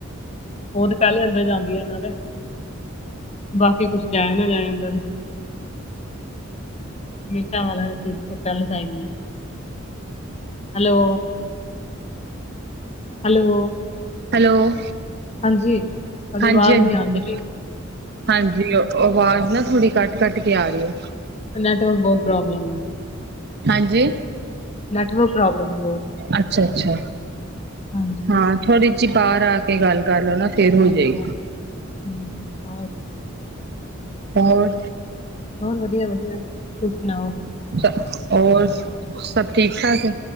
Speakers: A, on the left; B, on the right.
A: ਉਹ ਤੇ ਪਹਿਲੇ ਅੰਦਰ ਜਾਂਦੀ ਆ ਇਹਨਾਂ ਦੇ। ਬਾਕੀ ਕੁੱਛ ਜਾਏ ਨਾ ਜਾਏ ਅੰਦਰ ਮੀਟਾਂ ਵਾਲਾਸੀ ਪਹਿਲੇ ਚਾਹੀਦੇ ਆ। Hello hello!
B: ਹੈਲੋ,
A: ਹਾਂਜੀ ਤੁਹਾਡੀ
B: ਹਾਂਜੀ-ਹਾਂਜੀ
A: ਆਵਾਜ਼ ਨਹੀਂ
B: ਬੋਲੋ,
A: ਆਉਂਦੀ ਪਈ
B: ਹਾਂਜੀ ਆਵਾਜ਼ ਨਾ, ਥੋੜ੍ਹੀ ਕੱਟ -ਕੱਟ ਕੇ ਆ ਰਹੀ ਹੈ
A: ਨੈਟਵਰਕ ਬਹੁਤ ਪ੍ਰੋਬਲਮ
B: ਹਾਂਜੀ
A: ਨੈਟਵਰਕ ਪ੍ਰੋਬਲਮ। ਹੈ ਬਹੁਤ
B: ਅੱਛਾ-ਅੱਛਾ,
A: ਹਾਂਜੀ
B: ਹਾਂ ਥੋੜੀ ਜਿਹੀ ਬਾਹਰ ਆ ਕੇ ਗੱਲ ਕਰ ਲਓ ਨਾ ਫੇਰ ਹੋ
A: ਹਾਂ
B: ਜਾਏਗੀ
A: ਹਾਂ ਹਮ ਆ <unintelligible>
B: ਹੋਰ
A: ਹੋਰ ਵਧੀਆ ਵਧੀਆ, ਤੁਸੀ ਸੁਣਾਓ
B: ਚੱਲ, ਹੋਰ ਸਭ ਠੀਕ ਠਾਕ ਹੈ।